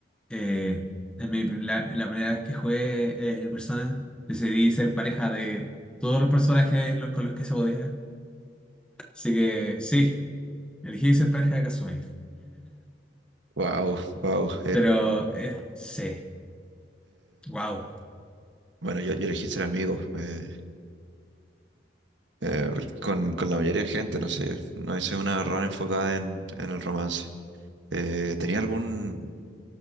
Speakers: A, in the centre; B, on the right.
A: eh, en mi- la, la primera vez que jugué eh, Persona, decidí ser pareja de todos los personajes los- con los que se podía. Así que sí, elegí ser pareja de Kasumi.
B: Wow, wow.
A: Pero eh, sí, wow.
B: bueno, yo, yo elegí ser amigos eh, eh, con, con la mayoría de gente, no sé, no hice una rara enfocada en, en el romance. Eh, ¿tenía algún,